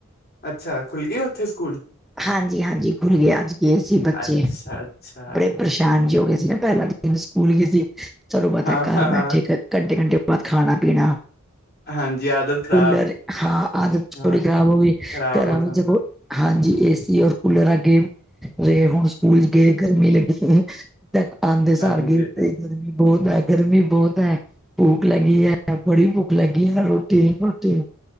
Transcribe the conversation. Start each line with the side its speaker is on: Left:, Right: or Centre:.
Left: ਅੱਛਾ, ਖੁੱਲ ਗਏ ਉੱਥੇ ਸਕੂਲ।
Centre: ਹਾਂਜੀ, ਹਾਂਜੀ ਖੁੱਲ੍ਹ ਗਏ ਅੱਜ ਗਏ ਸੀ ਬੱਚੇ।
Left: ਅੱਛਾ ਅੱਛਾ
Centre: ਬੜੇ ਪਰੇਸ਼ਾਨ ਜੀ ਹੋ ਗਏ ਸੀ ਨਾ। ਪਹਿਲਾਂ ਦਿਨ ਸਕੂਲ ਗਏ ਸੀ। ਚਲੋ ਪਤਾ
Left: ਹਾਂ
Centre: ਘਰ
Left: ਹਾਂ ਹਾਂ
Centre: ਬੈਠੇ ਘੰਟੇ- ਘੰਟੇ ਬਾਅਦ ਖਾਣਾ- ਪੀਣਾ।
Left: ਹਾਂਜੀ ਆਦਤ ਖ਼ਰਾਬ
Centre: ਕੂਲਰ ਹਾਂ, ਆਦਤ
Left: ਹਾਂ
Centre: ਥੋੜੀ ਖ਼ਰਾਬ ਹੋ ਗਈ
Left: ਖ਼ਰਾਬ
Centre: ਘਰਾਂ
Left: ਹੋ ਜਾਣ
Centre: ਵਿੱਚ ਹਾਂਜੀ, ਏ ਸੀ ਔਰ ਕੂਲਰ ਅਗੇ ਰਹੇ ਹੁਣ ਸਕੂਲ ਚ' ਗਏ ਗਰਮੀ ਲੱਗੀ। ਆਂਦੇ ਸਾਰ
Left: ਹਾਂਜੀ
Centre: ਗੇਮ ਦੇਖਦੇ ਗਰਮੀ ਬਹੁਤ ਹੈ। ਗਰਮੀ ਬਹੁਤ ਹੈ। ਭੁਖ ਲੱਗੀ ਹੈ, ਬੜੀ ਭੁੱਖ ਲੱਗੀ ਹੈ। ਰੋਟੀ, ਰੋਟੀ।